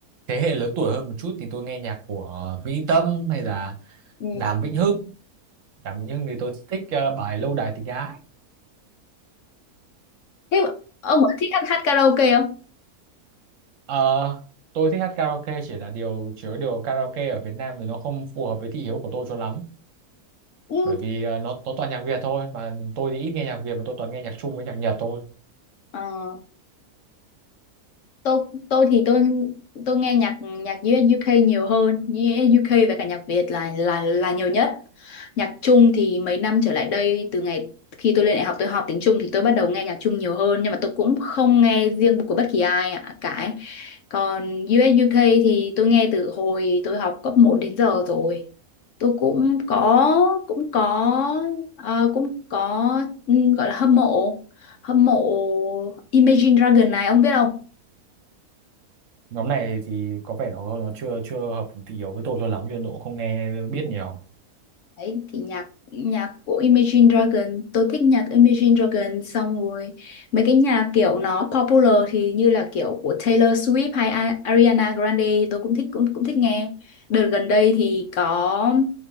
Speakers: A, on the right (about 60°); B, on the left (about 65°).
A: thế hệ lớn tuổi hơn một chút thì tôi nghe nhạc của Vĩ Tâm hay là
B: Ừ.
A: Đàm Vĩnh Hưng Đàm Vĩnh Hưng thì tôi thích ờ, bài Lâu Đài Tình Ái
B: thế ông có thích hát, hát karaoke không
A: Ờ, tôi thích hát karaoke chỉ là điều chứa điều karaoke ở Việt Nam thì nó không phù hợp với thị hiếu của tôi cho lắm
B: Ừ,
A: bởi vì ờ, nó nó toàn nhạc Việt thôi mà tôi thì ít nghe nhạc Việt và tôi toàn nghe nhạc Trung với nhạc Nhật thôi
B: Ờ. tôi tôi thì tôi tôi nghe nhạc nhạc US UK nhiều hơn US UK và cả nhạc Việt là là là nhiều nhất nhạc Trung thì mấy năm trở lại đây từ ngày khi tôi lên đại học tôi học tiếng Trung thì tôi bắt đầu nghe nhạc Trung nhiều hơn nhưng mà tôi cũng không nghe riêng của bất kỳ ai ạ- cả ấy. còn US UK thì tôi nghe từ hồi tôi học cấp một đến giờ rồi tôi cũng có cũng có ờ, cũng có ừ, gọi là hâm mộ hâm mộ Imagine Dragon này ông biết không
A: nhóm này thì có vẻ nó nó chưa chưa hợp thị hiếu với tôi cho lắm cho nên tôi cũng không nghe biết nhiều
B: Đấy, thì nhạc nhạc của Imagine Dragon tôi thích nhạc Imagine Dragon xong rồi mấy cái nhạc kiểu nó popular thì như là kiểu của Taylor Swift hay A- Ariana Grande thì tôi cũng thích cũng cũng thích nghe đợt gần đây thì có